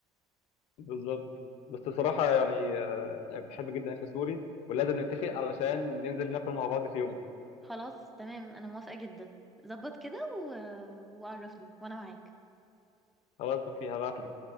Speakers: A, on the left; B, in the centre.
A: بالظبط بس بصراحة يعني بحب جدا اكل سوري ولازم نتفق علشان ننزل ناكل مع بعض في يوم
B: خلاص تمام انا موافقة جدا ظبط كده و... وعرفني وانا معاك
A: خلاص اوكي هبعت لك